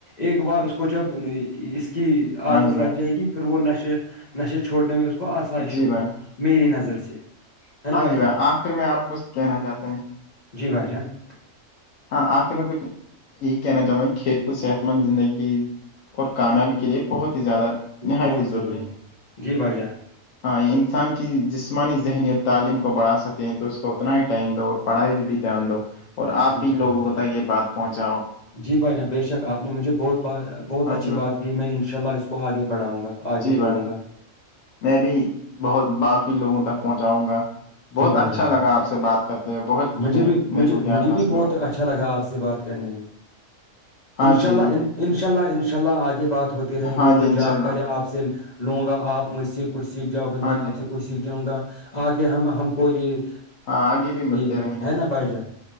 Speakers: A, on the left; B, on the left.
A: ایک بار اس کو جب اس کی
B: ہاں
A: عادت
B: جی بھائی
A: لگ جائے گی پھر وہ نشے نشے چھوڑنے میں اس کو آسائش
B: جی
A: ہوگی
B: بھائی
A: میری نظر سے ہے نا
B: ہاں جی
A: جان
B: بھائی آخر میں آپ کچھ کہنا چاہتے ہیں
A: جی بھائی جان
B: ہاں آخر میں کچھ یہی کہنا چاہتا ہوں کھیل کو صحت مند زندگی اور کامیابی کے لئے بہت ہی زیادہ نہایت
A: بہت
B: ضروری ہیں
A: ہے۔ جی بھائی جان
B: ہاں انسان کی جسمانی ذہنی اور تعلیم کو بڑھا سکتے ہیں تو اس کو اتنا ہی دو اور پڑھائی پہ بھی دھیان دو اور آپ
A: جی
B: بھی
A: بھائی
B: لوگوں
A: جان
B: کو تک یہ بات پہنچاؤ
A: جی بھائی جان بے شک آپ نے مجھے بہت بہت
B: ہاں
A: اچھی
B: جی بھائی
A: بات کی میں انشاء اللہ اس کو آگے بڑھاں گا آگے
B: جی بھائی
A: بولوں گا
B: میں بھی بہت بق لوگوں تک پہنچاؤں گا بہت
A: جی بھائی
B: اچھا
A: جان
B: لگا آپ سے بات کرتے ہوئے بہت کچھ
A: مجھے
B: میرے
A: بھی مجھے
B: میرے کو گیان
A: مجھے
B: حاصل
A: بھی بہت
B: ہوا
A: اچھا لگا آپ سے بات کرنے میں
B: ہاں
A: انشاء
B: جی
A: اللہ
B: میں
A: انشاء اللہ انشاء اللہ آگے بات ہوتی رہیں
B: ہاں
A: گی کوئی
B: جی انشاء
A: جانکارییاں
B: اللہ
A: آپ سے لوں گا آپ مجھ سے کچھ سیکھ جاؤ گا
B: ہاں
A: میں آپ
B: جی
A: سے کچھ سیکھ جاؤں گا آگے ہم ہم کو یہ
B: ہاں آگے بھی ملتے
A: جی
B: رہیں گے
A: ہے نا بھائی جان